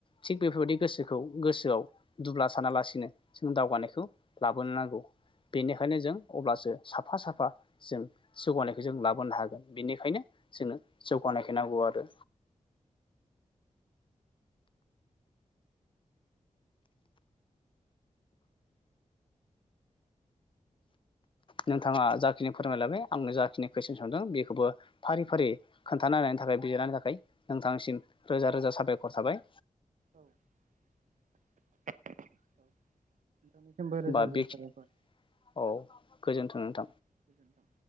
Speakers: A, on the left (about 40°); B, on the right (about 75°).
A: थिग बेफोरबायदि गोसोखौ गोसोआव दुब्ला सानालासिनो जों दावगानायखौ लाबोनो नांगौ। बेनिखायनो जों अब्लासो साफा साफा जों जौगानायखौ जों लाबो नो हागोन बेनिखायनो जोंनो जौगानायखौ नांगौ आरो। नोंथाङा जाखिनि फोरमायलाबाय आंनो जाखिनि कुइसन सोंदों बेखौबो फारि
B: औ
A: फारि खोन्थाननायनि थाखाय बिजिरनि थाखाय नों थांसिम रोजा रोजा साबायखर थाबाय।
B: औ औ। नोंथांनिसिमबो रोजा
A: बा
B: रोजाथाराफोर
A: बे औ गोजोन्थों नोंथां।
B: औ गोजोनथों।